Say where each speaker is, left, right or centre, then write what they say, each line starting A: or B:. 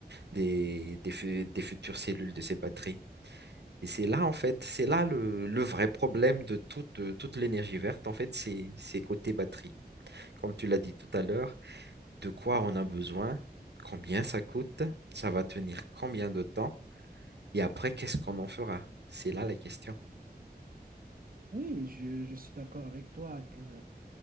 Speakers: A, on the right (about 85°); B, on the right (about 60°).
A: des, des, fu- des futures cellules de ces batteries. Et c'est là, en fait, c'est là le, le vrai problème de toute, euh, toute l'énergie verte, en fait, c'est c'est côté batterie. Comme tu l'as dit tout à l'heure, de quoi on a besoin, combien ça coûte, ça va tenir combien de temps, et après, qu'est-ce qu'on en fera? C'est là la question.
B: Oui, je, je suis d'accord avec toi que euh,